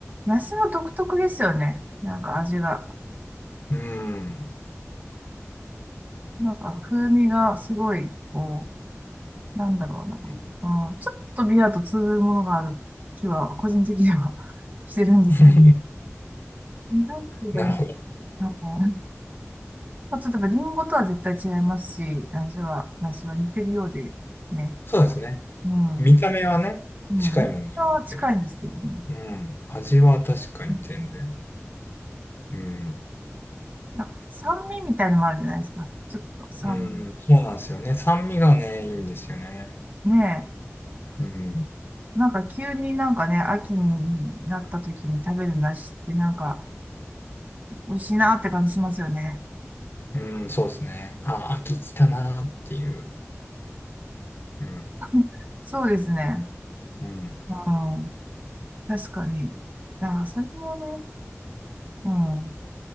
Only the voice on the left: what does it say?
うん。
うん
<laughs>
なるほど。
そうですね。
見た目はね、
近いものにありますけど。
うん。味は確かに全然。
うん。
うん、そうなんですよね。酸味がね、いいんですよね。
うん。
うん、そうですね。あ、秋来たなーっていう。うん。
うん。